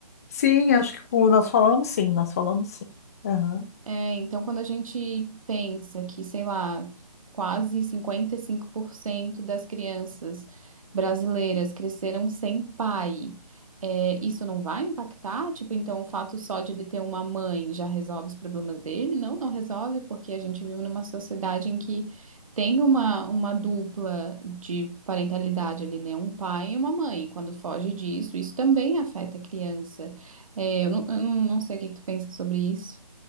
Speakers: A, on the left; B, on the right.
A: Sim, acho que com- nós falamos sim, nós falamos sim. Aham.
B: É, então, quando a gente pensa que, sei lá, quase 55% das crianças brasileiras cresceram sem pai, é, isso não vai impactar? Tipo, então o fato só de ele ter uma mãe já resolve os problemas dele? Não, não resolve, porque a gente vive numa sociedade em que tem uma, uma dupla de parentalidade ali, né? Um pai e uma mãe. Quando foge disso, isso também afeta a criança. É, eu não, eu não não sei o que que tu pensa sobre isso.